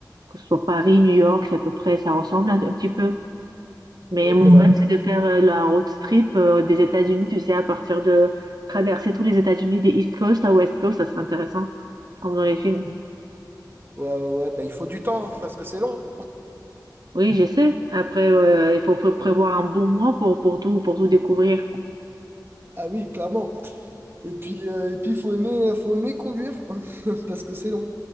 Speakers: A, on the right (about 65°); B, on the right (about 30°).
A: que ce soit Paris, New York, c'est à peu près, ça ressemble un, un petit peu. Mais
B: Ok,
A: mon
B: d'accord.
A: rêve, Mhm. c'est de faire euh, la road trip euh, des États-Unis, tu sais, à partir de traverser tous les États-Unis des East Coast à West Coast, ça serait intéressant, comme dans les films.
B: Ouais, ouais, ouais. Bah, il faut du temps hein, parce que c'est long.
A: Oui, j'essaie. Après, euh, il faut pré- prévoir un bon mois pour, pour tout, pour tout découvrir.
B: Ah oui, clairement. Et puis, euh, et puis, faut aimer, euh, faut aimer conduire <laughs> parce que c'est long.